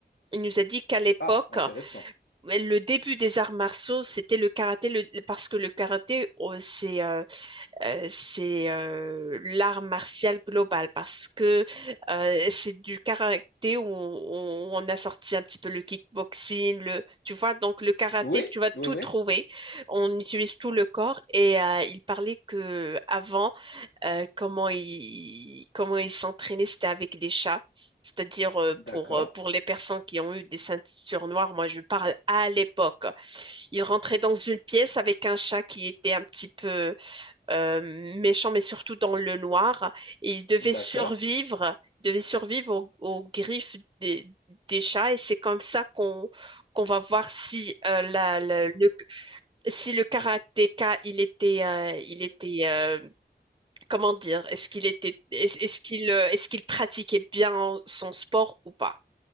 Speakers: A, on the right; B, on the left.
A: Il nous a dit qu'à l'époque,
B: Ah, intéressant.
A: Ouais, Le début des arts martiaux, c'était le karaté, le- parce que le karaté, oh, c'est euh, euh, c'est euh, l'art martial global, parce que euh, c'est du karaté où on, on a sorti un petit peu le kickboxing, le, tu vois, donc le karaté,
B: Oui,
A: tu vas tout
B: oui, oui.
A: trouver. On utilise tout le corps et euh, il parlait que avant euh, comment ils comment ils s'entraînaient, c'était avec des chats. C'est-à-dire euh,
B: D'accord,
A: pour, euh, pour les personnes qui ont eu des ceintures noires, moi je parle à l'époque. Ils rentraient dans une pièce avec un chat qui était un petit peu euh, méchant, mais surtout dans le noir. Et ils devaient survivre,
B: d'accord,
A: devaient survivre aux, aux griffes des, des chats. Et c'est comme ça qu'on qu'on va voir si, euh, la, la- le, si le karatéka il était, euh, il était euh, comment dire, est-ce qu'il était, est- est-ce qu'il, euh, est-ce qu'il pratiquait bien son sport ou pas?